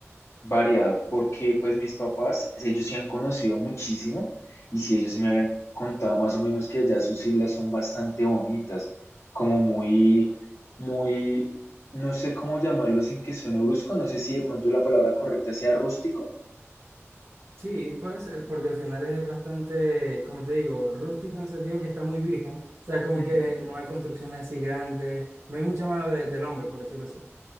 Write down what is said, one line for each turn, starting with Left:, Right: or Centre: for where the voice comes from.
Left: variado, porque pues mis papás, ellos sí han conocido muchísimo y sí ellos sí me habían contado más o menos que allá sus islas son bastante bonitas, como muy, muy, no sé cómo llamarlo sin que suene brusco, no sé si de pronto la palabra correcta sea rústico.
Right: Sí, puede ser, porque al final es bastante, como te digo, rústico en el sentido que está muy virgen. O sea, como
Left: Ujú.
Right: que no hay construcciones así grandes, no hay mucha mano de- del hombre, por decirlo así.